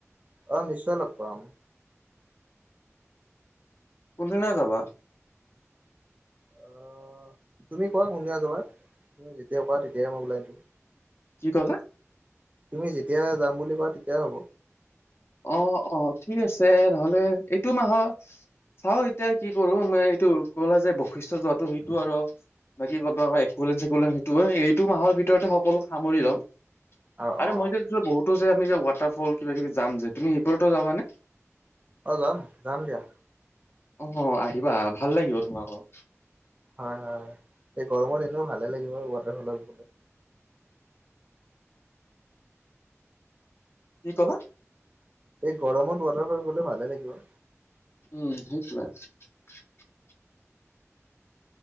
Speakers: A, on the right; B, on the left.
A: অ', নিশ্চয় লগ পাম।
B: কোনদিনা যাবা?
A: অ, তুমি কোৱা কোনদিনা যাবা তুমি যেতিয়া কোৱা তেতিয়ে মই ওলাই দিম।
B: <unintelligible>
A: তুমি যেতিয় যাম বুলি কোৱা তেতিয়াই হ'ব।
B: অ, - অ, ঠিক আছে নহ'লে এইটো মাহৰ চাও এতিয়া কি কৰো আমাৰ এইটো কলা যে বৈশিষ্টয় যোৱাটো সেইটো আৰু বাকী <unintelligible> এক'লেণ্ড-চেক'লেণ্ড সেইটো, অ'! এইটো মাহৰ ভিতৰতে সকলো সামৰি ল'ম।
A: অ
B: আৰু
A: অ
B: মই যে, বহুতো যে, আমি যে, ৱাটাৰ ফল কিবা-কিবি যাম যে, তুমি সেইবোৰতো যাবানে?
A: অ'! যাম, যাম দিয়া।
B: অ'! আহিবা, ভাল লাগিব, তোমাক <unintelligible>
A: হয় হয় এই, গৰমত এনেও ভালে লাগিব, ৱাটাৰফলত গ'লে।
B: কি ক'লা?
A: এই গৰমত ৱাটাৰ ফল গ'লে ভালে লাগিব।
B: উম, সেইটোৱে। <unintelligible>